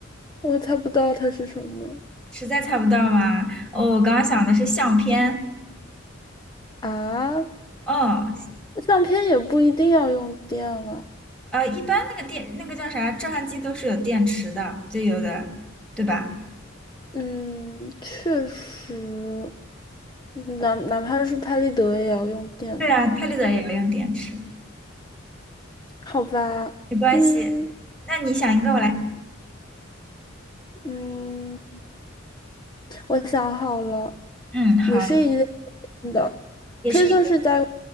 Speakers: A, on the left; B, in the centre.
A: 我猜不到它是什么
B: 实在猜不到吗？哦，我刚刚想的是相片，
A: 啊。
B: 哦，
A: 相片也不一定要用电啊。
B: 呃，一般那个电，那个叫啥，照相机都是有电池的，就有的，对吧？
A: 嗯，确实，哪哪怕是拍立得也要用电，
B: 对啊，拍立得也要用电池，
A: 好吧？
B: 没关系。
A: 嗯
B: 那你想一个，我来。
A: 嗯，我想好了，
B: 嗯，好，
A: 也是一件嗯的，
B: 也是一个。
A: 可以算是家用